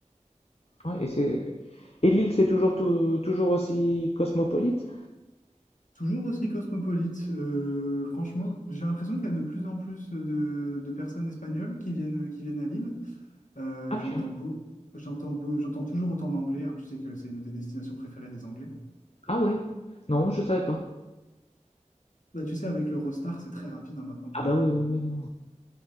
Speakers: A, on the left (about 55°); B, on the left (about 80°).
A: Ouais, et c'est, et l'île, c'est toujours, tou- toujours aussi cosmopolite?
B: Toujours aussi cosmopolite. Euh, franchement, j'ai l'impression qu'il y a de plus en plus de, de personnes espagnoles qui viennent, qui viennent à Lille. Euh,
A: Ah,
B: j'entends
A: tiens.
B: beau, j'entends beau, j'entends toujours autant d'anglais. hein. Tu sais que c'est une des destinations préférées des Anglais.
A: Ah ouais, non, je savais pas.
B: Bah, tu sais, avec l'Eurostar, c'est très rapide hein, maintenant pour
A: Ah bah
B: y aller.
A: oui oui oui non.